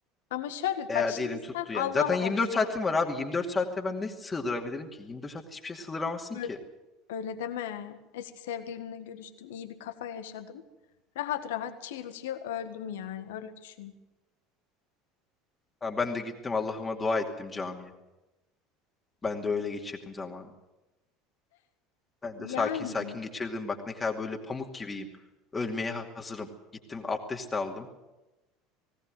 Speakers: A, on the left; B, on the left.
A: Ama şöyle
B: Eğer
A: bak şimdi
B: diyelim
A: sen
B: tuttu yani.
A: Allah
B: Zaten 24
A: olsan
B: saatim var abi. 24 saatte ben ne sığdırabilirim ki? 24 saat hiçbir şey sığdıramazsın
A: böyle
B: ki.
A: Öyle deme. Eski sevgilimle görüştüm. iyi bir kafa yaşadım. Rahat rahat chill chill öldüm yani. Öyle düşün.
B: Ha, ben de gittim Allah'ıma dua ettim camiye. Ben de öyle geçirdim zamanı. Ben
A: Yani.
B: de sakin sakin geçirdim. Bak ne kadar böyle pamuk gibiyim. Ölmeye hazırım. Gittim abdest aldım.